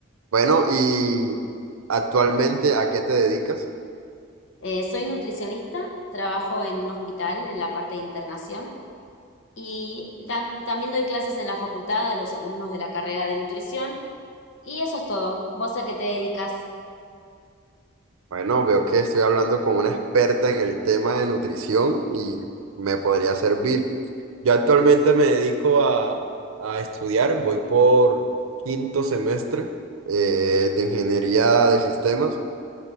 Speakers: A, on the right; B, on the left.
A: Bueno, y actualmente, ¿a qué te dedicas?
B: Eh, soy nutricionista, trabajo en un hospital en la parte de internación y tam- también doy clases en la facultad a los alumnos de la carrera de nutrición. Y eso es todo. ¿Vos a qué te dedicas?
A: Bueno, veo que estoy hablando con una experta en el tema de nutrición y me podría servir. Yo actualmente me dedico a, a estudiar, voy por quinto semestre eh, de ingeniería de sistemas